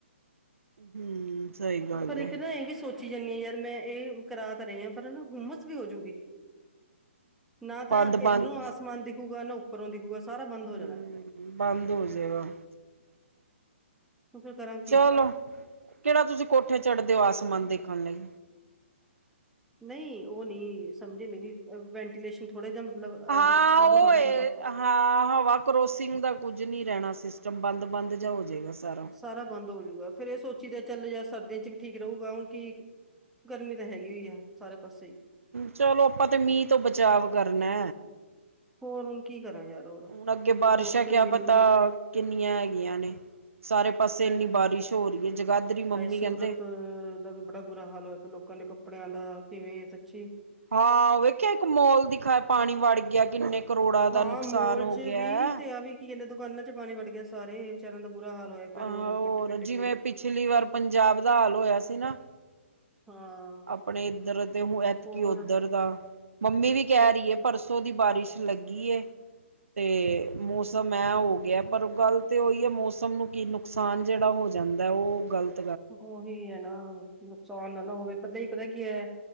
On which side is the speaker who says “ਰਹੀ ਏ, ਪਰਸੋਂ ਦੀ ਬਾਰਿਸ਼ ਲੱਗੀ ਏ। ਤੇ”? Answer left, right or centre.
Right